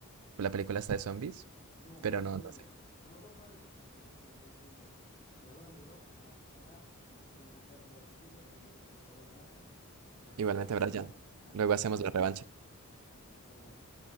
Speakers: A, on the right; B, on the left.
A: la película está de zombies,
B: no, Blade
A: pero no,
B: Runner.
A: no sé.
B: No me acuerdo cuál es, pero se llama así Blade Runner. Pero bueno, mi bro, has ganado. Así que fue un gusto jugar contigo. La siguiente, pues espero ganarle. Así
A: Igualmente,
B: que,
A: Brian,
B: hasta
A: luego
B: la siguiente.
A: hacemos la revancha.
B: Dale, dale.